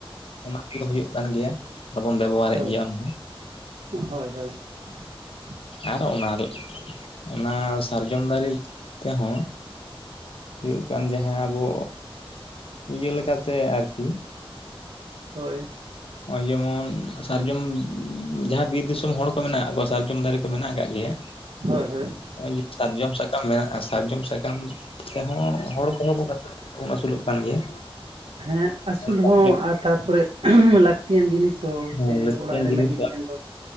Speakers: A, on the left; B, on the right.
A: ᱚᱱᱟ ᱛᱮᱜᱮ ᱦᱩᱭᱩᱜ ᱠᱟᱱ ᱜᱮᱭᱟ ᱟᱨᱵᱚᱱ ᱵᱮᱵᱚᱦᱟᱨᱮᱫ
B: ᱦᱳᱭ
A: ᱜᱮᱭᱟ ᱚᱱᱟ ᱦᱚᱸ
B: ᱦᱳᱭ <inaudible>
A: ᱟᱨ ᱚᱱᱟ ᱚᱱᱟ ᱥᱟᱨᱡᱚᱢ ᱫᱟᱨᱮ ᱛᱮᱦᱚᱸ ᱦᱩᱭᱩᱜ ᱠᱟᱱ ᱡᱟᱦᱟᱸ ᱟᱵᱚ ᱤᱭᱟᱹ ᱞᱮᱠᱟᱛᱮ ᱟᱨᱠᱤ
B: ᱦᱳᱭ
A: ᱱᱚᱜᱼᱚᱭ ᱡᱮᱢᱚᱱ ᱥᱟᱨᱡᱚᱢ ᱡᱟᱦᱟᱸ ᱵᱤᱨ ᱫᱤᱥᱚᱢ ᱦᱚᱲ ᱠᱚ ᱢᱮᱱᱟᱜ ᱠᱫ ᱠᱚᱣᱟ ᱥᱟᱨᱡᱚᱢ ᱫᱟᱨᱮ ᱠᱚ ᱢᱮᱱᱟᱜ ᱟᱠᱟᱫ ᱜᱮᱭᱟ
B: ᱦᱳᱭ ᱦᱳᱭ
A: <unintelligible> ᱥᱟᱨᱡᱚᱢ ᱥᱟᱠᱟᱢ ᱢᱮᱱᱟᱜᱼᱟ ᱥᱟᱨᱡᱚᱢ ᱥᱟᱠᱟᱢ ᱛᱮᱦᱚᱸ ᱦᱚᱲ ᱠᱚᱦᱚᱸ ᱵᱚᱱ ᱵᱚᱱ ᱟᱹᱥᱩᱞᱚᱜ ᱠᱟᱱ ᱜᱮᱭᱟ
B: ᱦᱮᱸ ᱟᱹᱥᱩᱞ
A: ᱥᱟᱨᱡᱚᱢ
B: ᱦᱚᱸ ᱟᱨ ᱛᱟᱨᱯᱚᱨᱮ ᱞᱠ ᱞᱟᱹᱠᱛᱤᱭᱟᱱ ᱡᱤᱱᱤᱥ ᱦᱚᱸ
A: ᱦᱮᱸ
B: ᱥᱮ
A: ᱞᱟᱹᱠᱛᱤᱭᱟᱱ
B: ᱚᱲᱟᱜ ᱨᱮ
A: ᱡᱤᱱᱤᱥ
B: ᱞᱟᱹᱜᱤᱫ ᱢᱮᱱᱫᱚ